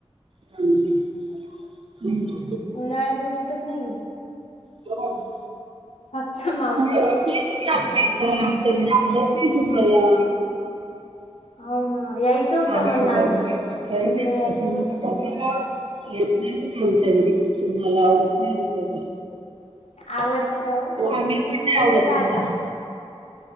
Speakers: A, on the right; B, on the left.
A: जाऊदे <unintelligible>
B: उन्हाळ्यात मग कुठेच नाही गेली.
A: तूला काय झालं?
B: फक्त मी
A: अ ये तू बी आमच्या इथं, आमचं घर आवडत नाही तुम्हाला.
B: हो ना यायचं होतं
A: आमच
B: मला नांदुऱ्याला
A: घर, काही
B: तिकडे
A: नसतं
B: यायचं होतं
A: असं. येत नाही तुम्ही आमच्या घरी, तुम्हाला आवडत नाही आमचं घर.
B: आवडते ना ओ,
A: आम्ही पण नाही
B: येते
A: आवडत
B: ना
A: तुम्हाला
B: आता